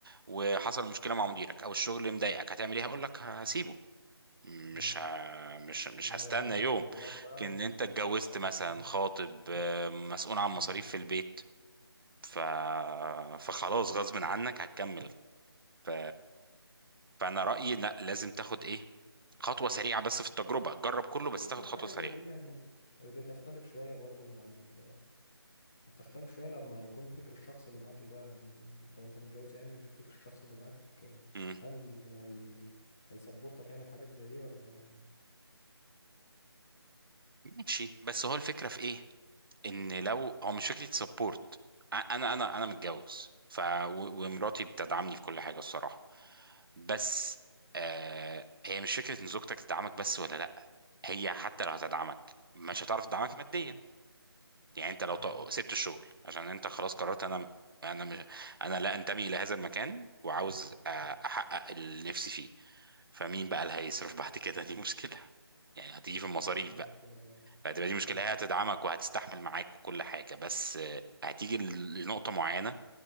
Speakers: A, on the right (about 55°); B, in the centre.
A: وحصل مشكله مع مديرك او الشغل مضايقك هتعمل ايه هيقول لك هسيبه مش
B: آه.
A: ه... مش مش
B: لكن لما
A: هستنى
B: يبقى عندك
A: يوم
B: مسؤوليات بقى
A: لكن
B: الموضوع
A: انت اتجوزت
B: يختلف
A: مثلا خاطب آه، مسؤول عن
B: مم.
A: مصاريف في البيت ف... فخلاص غصب عنك هتكمل ف... فانا رأيي لا لازم تاخد ايه خطوة سريعة بس في التجربة جرب كله
B: بس
A: بس
B: برضه
A: تاخد خطوة
B: في حاجة
A: سريعة
B: زي دي يعني بتختلف شوية برضه مع ال... بتختلف شوية لما يكون فكر الشخص اللي معاك اللي هو يعني لو انت متجوز يعني فكر الشخص اللي معاك
A: مم.
B: هل هي هيسبورتك يعني في حاجات زي دي ولا
A: ماشي بس هو الفكرة في ايه ان لو هو مش فكره سبورت انا انا انا متجوز ف و- ومراتي بتدعمني في كل حاجه الصراحه بس آه هي مش فكره ان زوجتك تدعمك بس ولا لا هي حتى لو هتدعمك مش هتعرف تدعمك ماديا يعني انت لو
B: اه
A: ط- سبت الشغل عشان انت خلاص قررت انا انا مش انا لا انتمي الى هذا المكان وعاوز آه، احقق اللي نفسي فيه فمين بقى اللي هيصرف بعد كده <laughs> دي مشكله يعني هتيجي في المصاريف
B: هي دي المشكلة بقى
A: فهتبقى دي مشكلة
B: مم.
A: هي هتدعمك وهتستحمل معاك وكل حاجة بس آه، هتيجي ل- لنقطة معينة